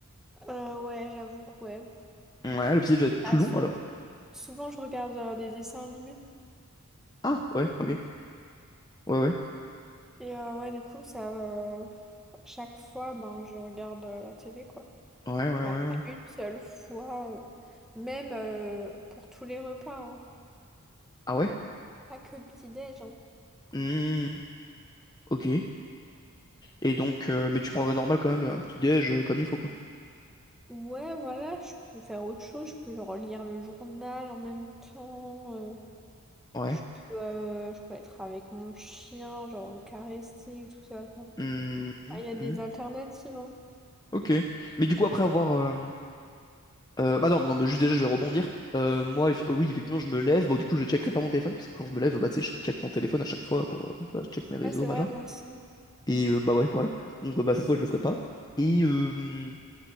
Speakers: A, in the centre; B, on the left (about 20°).
A: Euh, ouais, j'avoue que ouais.
B: Ouais, le petit déj doit être plus
A: Bah,
B: long
A: sou-
B: alors.
A: souvent, je regarde euh, des dessins animés.
B: Ah ouais, ok, ouais ouais,
A: Et euh, ouais, du coup, ça, euh, chaque fois, ben, je regarde euh, la télé, quoi.
B: ouais ouais
A: J'avais
B: ouais
A: pas
B: ouais.
A: une seule fois, euh, même euh, pour tous les repas, hein.
B: Ah ouais?
A: Pas que le petit-déj, hein.
B: Hmm, ok. Et donc, euh, mais tu prendrais normal quand même le- un petit déj euh, comme il faut quoi.
A: Ouais, voilà, je peux faire autre chose, je peux genre lire le journal en même temps, euh,
B: Ouais.
A: je peux, euh, je peux être avec mon chien, genre le caresser, tout ça, quoi.
B: Hmm,
A: Ah, il y a des
B: hmm,
A: alternatives, hein.
B: ok. Mais du coup après avoir euh, Euh, bah non, non, mais juste déjà, je vais rebondir. Euh, moi, eff- oui, effectivement, je me lève. Bon, du coup, je checkerai pas mon téléphone, parce que quand je me lève, bah, tu sais, je check mon téléphone à chaque fois pour, euh, voilà, je check mes réseaux,
A: Ouais, c'est
B: machin.
A: vrai, moi aussi.
B: Et euh, bah ouais, voilà. Donc, euh, bah, cette fois, je le ferai pas. Et, euh,